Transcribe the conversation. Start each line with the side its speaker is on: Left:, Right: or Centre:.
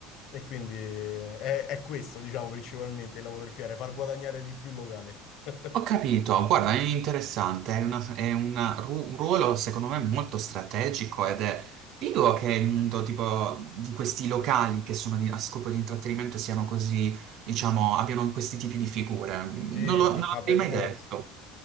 Left: E quindi è, è questo, diciamo, principalmente il lavoro del PR, far guadagnare di più il locale. <laughs>
Right: Ho capito, guarda, è interessante, è, una- è una ru- un ruolo secondo me molto strategico ed è figo che il mondo tipo di questi locali che sono di- a scopo di intrattenimento siano così, diciamo, abbiano questi tipi di figure. Non
Left: Sì,
Right: lo, non l'avrei
Left: ma per
Right: mai
Left: forza.
Right: detto.